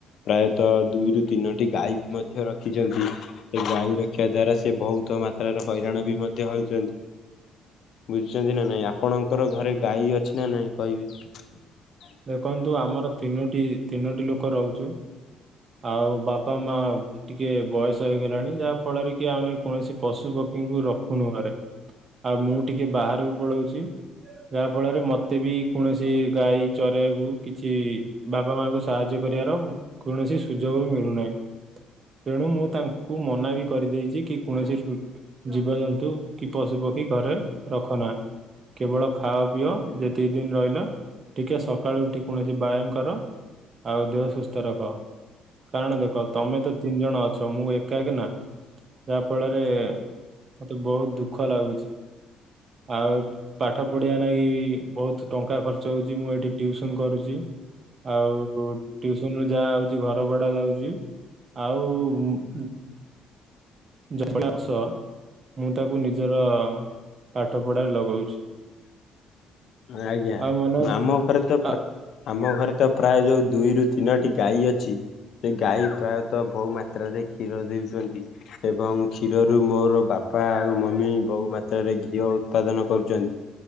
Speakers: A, on the left (about 60°); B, on the right (about 40°).
A: ପ୍ରାୟତଃ ଦୁଇରୁ ତିନୋଟି ଗାଈ ବି ଧ୍ୟ ଧ୍ୟ ରଖିଛନ୍ତି ସେ ଗାଈ ରଖିବା ଦ୍ଵାରା ସେ ବହୁ କ୍ତ ମାତ୍ରାର ହଇରାଣ ବି ମଧ୍ୟ ହେଉଛନ୍ତି। ବୁଝିଛନ୍ତି ନା ନାଇଁ ଆପଣଙ୍କର ଘରେ ଗାଈ ଅଛି ନା ନାଇଁ କହିବେ? <inaudible>
B: ଦେଖନ୍ତୁ ଆମର ତିନୋଟି ତିନୋଟି ଲୋକ ରହୁଛୁ ଆଉ ବାପା ମା ଟିକେ ବୟସ ହେଇଗଲାଣି ଯାହା ଫଳରେ କି ଆମେ କୌଣସି ପଶୁ ପ ରଖୁନୁ ଘରେ ଆଉ ମୁଁ ଟିକେ ବାହାରକୁ ପଳୋଉଛି। ଯାହା ଫଳରେ ମତେ ବି କୌଣସି ଗାଈ ଚରେଇବାକୁ କିଛି ବାପା ମାଙ୍କୁୁ ସାହାଯ୍ୟ କ କରିବାର କୌଣସି ସୁଯୋଗ ମିଳୁନାହିଁ। ତେଣୁ ମୁଁ ତାଙ୍କୁ ମନା ବି କରିଦେଇଛି କି କୌଣସି ଜୀବଜନ୍ତୁ କି ପଶୁ ପ କ୍ଷୀ ଘରେ ରଖ ନା କେବଳ ଖାଅ ପିଅ ଯେତିକି ଦିନ ରହିଲ ଟିକେ ସକାଳୁ ଉଠି କୌଣସି ବ୍ୟାୟାମ କର ଆଉ ଦେହ ସୁସ୍ଥ ରଖ। କାରଣ ଦେଖ ତମେ ତ ତିନି ଜଣ ଅଛ ମୁଁ ଏକାକା ନା ଫଳରେ ମତେ ବହୁତ ଦୁଃଖ ଲାଗୁଛି ଆଉ ପାଠ ପଢିବା ଯାହାକି ବହୁତ ଟଙ୍କା ଖର୍ଚ୍ଚ ହଉଛି ମୁଁ ଏଠି ଟିଉସନ କରୁଛି। ଆଉ ଟିଉସନ ରୁ ଯାହା ହୋଉଛି ଘ ର ଭଡା ଯାଉଛି ଆଉ ଉଁ ମ୍ ଜବଡା ଅସ ମୁଁ ତାକୁ ନିଜର ପାଠ ପଢ଼ାରେ ଲଗଉଛି।
A: ଆଜ୍ଞା
B: ଆଉ ମନୋଜ
A: ଆମ ଘରେ ତ
B: ଆ
A: ପ୍ରା ଆମ ଘରେ ତ ପ୍ରାୟ ଯୋଉ ଦୁଇରୁ ତିନୋଟି ଗାଈ ଅଛି। ସେ ଗାଈ ପ୍ରାୟତଃ ବହୁ ମାତ୍ରାରେ କ୍ଷୀର ଦେଉଛନ୍ତି ଏବଂ କ୍ଷୀରରୁ ମୋର ବା ପା ଆଉ ମମି ବହୁ ମାତ୍ରାରେ ଘିଅ ଉତ୍ପାଦନ କରୁଛନ୍ତି।